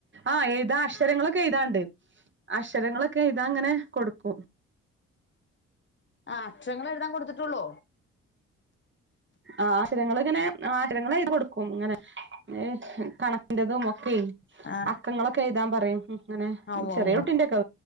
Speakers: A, on the right; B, on the left.
A: ആഹ് എഴ്താ അക്ഷരങ്ങളൊക്കെഴ്താണ്ട് അഷരങ്ങളൊക്കെയ്താങ്ങനെ കൊട്ക്കും
B: ആഹ് അക്ഷരങ്ങളെഴ്താൻ കൊട്ത്ത്ട്ടൊള്ളോ
A: ആഹ് അക്ഷരങ്ങള്ങ്ങനെ ആഹ് അക്ഷരങ്ങള്ഴ്താകൊട്ക്കും ഇങ്ങനെ ഏഹ് കണക്കിന്റെതും ഒക്കെയ്
B: ആ
A: അക്കങ്ങളൊക്കെഎയ്താപറയും ഹും ങ്ങനെ
B: ഉവ്വ്
A: ചെറിയ
B: ഉവ്വ്
A: കുട്ടിന്റെക്കെ